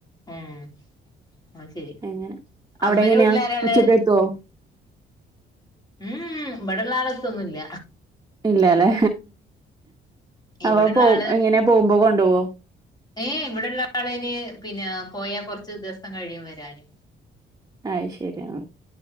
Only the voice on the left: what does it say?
ഉം അ ശരി
ഹസ്ബന്റി
വീട്ടിലാരല്ലേ
ഉം വിടലാലത്തൊന്നുല്ല
ഇവിടെള്ള
ആള്
ഏ ഇവിടെള്ള ആളിന് പിന്നെ പോയാ കൊറച്ച ദിവസം കഴിയും വരാനു